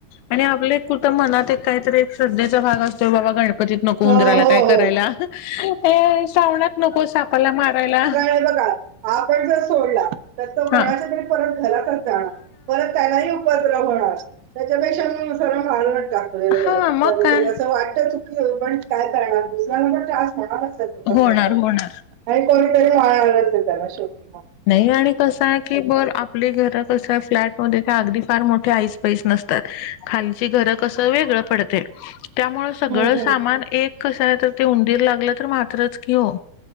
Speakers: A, on the left; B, on the right.
A: आणि आपल्या एक मनात एक काहीतरी एक श्रद्धेचा भाग असतोय बाबा गणप तित नको
B: हो
A: उंदराला
B: हो
A: काय करायला
B: हो
A: श्रावणात नको सापाला मारायला.
B: हाय बघा. आपण जर सोडला तर तो कोणाच्या
A: हा
B: तरी परत घरातच जाणार परत त्यानाही उपद्र होणार. त्यापेक्षा मग सर मारूनच टाकलेलं बर
A: हा
B: म
A: मग
B: कधी
A: काय
B: कधी अस वाटतच. पण काय करणार दुसऱ्याला पण त्रास म्हणालाच तो कसाही
A: होणार
B: करून.
A: होणार
B: नाही कोणीतरी मारनारच आहे त्याला शेवटी पण.
A: नाही आणि कसं आहे की बर आप प्लेघर कस फ्लट मध्ये फार मोठे अगदी फार मोठे आईस पाईस नसतात खाल चे घर कस वेगळ पडतय त्यामुळ सगळ
B: हम्म हम्म
A: सामान एक. कसं आहे तर ते उंदीर लागलं तर मात्रच कीओ.